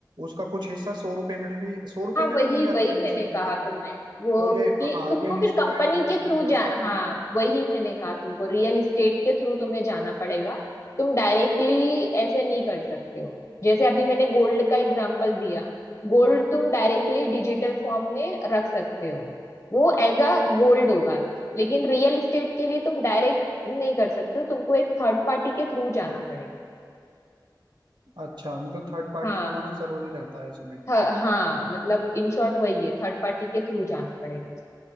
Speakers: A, on the right; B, on the left.
A: उसका कुछ हिस्सा सौ रुपए में भी सौ रुपए
B: हाँ
A: में
B: वही
A: भी मिल जाती
B: वही
A: है हमें
B: मैंने
A: जमीन
B: कहा
A: ये
B: तुम्हें
A: ये
B: वो
A: तो ये
B: कि
A: हाँ
B: तुमको
A: रियल
B: फिर
A: इस्टेट
B: कंपनी
A: इन्वेस्टमेंट
B: के थ्रू
A: ट्रस्ट
B: जा
A: होते
B: हाँ
A: हैं
B: वही मैंने कहा तुमको रियल इस्टेट के थ्रू तुम्हें जाना पड़ेगा तुम डायरेक्टली ऐसे नहीं कर सकते हो जैसे अभी मैंने गोल्ड का एग्जांपल दिया गोल्ड तुम डायरेक्टली डिजिटल फॉर्म में रख सकते हो वो एज अ गोल्ड होगा लेकिन रियल इस्टेट के लिए तुम डायरेक्ट नहीं कर सकते हो तुमको एक थर्ड पार्टी के थ्रू जाना पड़ेगा
A: अच्छा मतलब थर्ड पार्टी
B: हाँ
A: का होना जरूरी रहता है इसमें
B: थ- हाँ मतलब इन शॉर्ट वही है थर्ड पार्टी के थ्रू जाना पड़ेगा